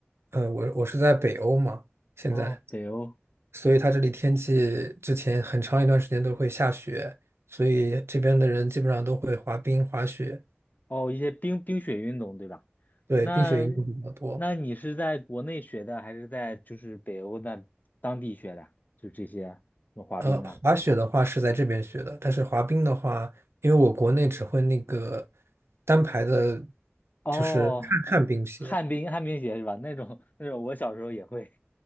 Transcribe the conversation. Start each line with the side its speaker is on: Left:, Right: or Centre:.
Right: 呃，我我是在北欧嘛，现在，
Left: 哦，北欧
Right: 所以它这里天气之前很长一段时间都会下雪，所以这边的人基本上都会滑冰、滑雪，
Left: 哦，一些冰冰雪运动，对吧？
Right: 对，
Left: 那
Right: 冰雪运动比较多。
Left: 那你是在国内学的，还是在就是北欧那当地学的？就这些什么滑冰啊？
Right: 呃，滑雪的话是在这边学的，但是滑冰的话，因为我国内只会那个单排的，
Left: 哦，
Right: 就是旱旱冰鞋，
Left: 旱冰旱冰鞋是吧？那种那种我小时候也会，